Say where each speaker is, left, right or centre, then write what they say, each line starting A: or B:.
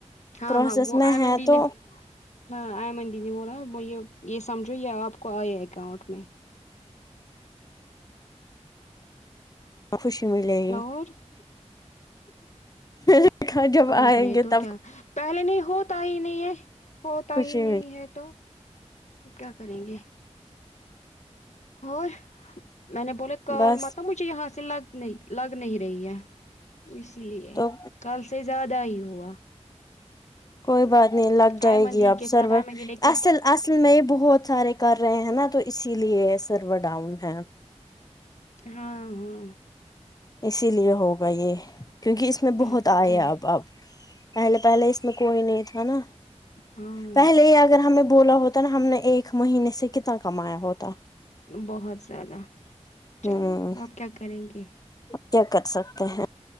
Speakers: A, on the left (about 75°); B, on the left (about 30°).
A: ہاں
B: پروسیس
A: ہاں وہ
B: میں
A: ایمن
B: ہے
A: دی
B: تو
A: نے ہاں ایمن دی نے بولا یہ یہ سمجھو یہ آپ کو آئے اکاؤنٹ میں
B: خوشی ملے گی
A: اور
B: میرے جب
A: اور
B: آئیں
A: نہیں
B: گے
A: تو
B: تب
A: کیا پہلے نہیں ہوتا ہی نہیں ہے ہوتا
B: خوشی
A: ہی نہیں
B: مل
A: ہے تو تو کیا کریں گے اور میں نے بولا کال
B: بس
A: مت مجھے یہاں سے لگ نہیں لگ نہیں رہی ہے اسی لیے
B: تو
A: کل سے زیادہ ہی ہوا
B: کوئی بات نہیں لگ جائے
A: آئمندی
B: گی اب
A: کے ساتھ
B: سرور
A: آئمندی نے کس
B: اصل اصل میں یہ بہت سارے کر رہے ہیں نا تو اسی لیے سرور ڈاؤن ہے
A: ہاں ہاں
B: اسی لیے ہوگا یہ کیونکہ اس میں بہت
A: اچھا
B: آیا
A: ٹھیک
B: اب اب پہلے پہلے اس میں کوئی نہیں تھا نا
A: ہاں
B: پہلے ہی اگر ہمیں بولا ہو تب ہم نے ایک مہینے سے کتنا کمایا ہوتا
A: بہت زیادہ چلو
B: ہوں
A: آپ کیا کریں گے
B: کیا کر سکتے ہیں